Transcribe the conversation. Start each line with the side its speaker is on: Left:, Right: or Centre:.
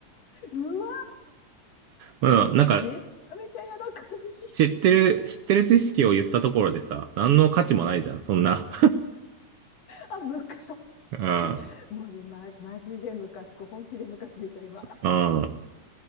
Left: うわ、
Right: うん、なんか、
Left: めっちゃめちゃ嫌な感じ。
Right: 知ってる、知ってる知識を言ったところでさ、何の価値もないじゃん、そんな。
Left: あ、ムカつく。
Right: うん。
Left: もうね、ま、マジでムカつく。本気でムカついた、今。
Right: うん。